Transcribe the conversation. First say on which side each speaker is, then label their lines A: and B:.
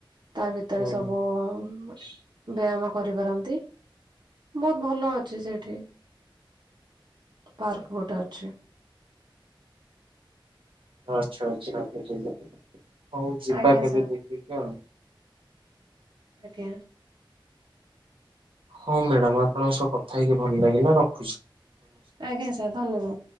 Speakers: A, on the right; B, on the right.
A: ତା ଭିତରେ
B: ହୁଁ
A: ସବୁ ବ୍ୟାୟାମ କରିପାରନ୍ତି। ବହୁତ ଭଲ ଅଛି ସେଠି ପାର୍କ ଗୋଟେ ଅଛି।
B: ଆଚ୍ଛା ଆଚ୍ଛା ଆ ଯିବି ହଉ ଯିବା
A: ଆଜ୍ଞା
B: କେବେ
A: ସାର୍
B: ଦେଖିକି ଆଉ।
A: ଆଜ୍ଞା।
B: ହଁ ମ୍ୟାଡାମ ଆପଣଙ୍କ ସହ କଥା ହେଇକି ଭଲ ଲାଗିଲା ରଖୁଚି।
A: ଆଜ୍ଞା ସାର୍ ଧନ୍ୟବାଦ।